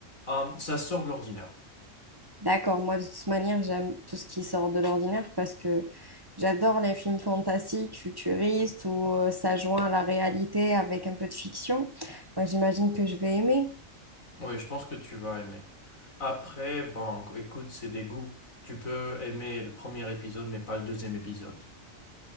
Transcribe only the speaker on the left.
Euh, ça sort de l'ordinaire.
Oui, je pense que tu vas aimer. Après, bon, écoute, c'est des goûts. Tu peux aimer le premier épisode, mais pas le deuxième épisode.